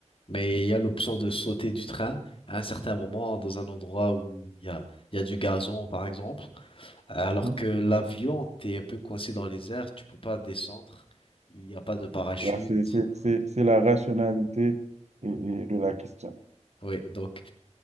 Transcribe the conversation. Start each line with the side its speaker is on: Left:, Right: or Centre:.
Left: mais il y a l'option de sauter du train à un certain moment dans un endroit où il y a il y a du gazon par exemple. Alors
Right: Hein?
Left: que l'avion, t'es un peu coincé dans les airs, tu peux pas descendre, il n'y a pas de parachute.
Right: Là, c'est, c'est, c'est- c'est la rationalité et- et de la question.
Left: Oui, donc